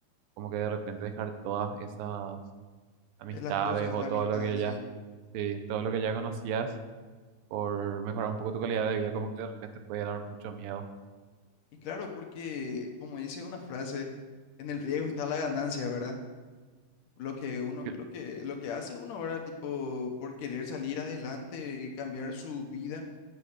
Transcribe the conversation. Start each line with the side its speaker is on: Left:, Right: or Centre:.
Right: como que de repente dejar todas esas amistades
Left: Es las cosas,
Right: o
Left: la
Right: todo
Left: amistad,
Right: lo que
Left: sí.
Right: ya, sí, todo lo que ya conocías por mejorar un poco tu calidad de vida, como que de repente puede dar mucho miedo.
Left: Y claro, porque como dice una frase, en el riesgo está la ganancia, ¿verdad? Lo que uno,
Right: Cl-
Left: lo que, lo que hace uno ahora, tipo, por querer salir adelante y cambiar su vida,